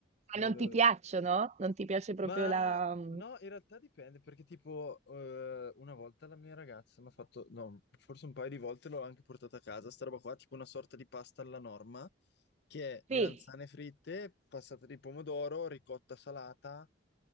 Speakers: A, on the left (about 60°); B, on the right (about 35°).
A: non-
B: Ma non ti piacciono? Non ti piace proprio
A: Ma
B: la... mm,
A: no, in realtà dipende perché tipo eh, una volta la mia ragazza mi ha fatto, no, forse un paio di volte l'ho anche portata a casa, sta roba qua, tipo una sorta di pasta alla norma, che è melanzane
B: Sì,
A: fritte, passate di pomodoro, ricotta salata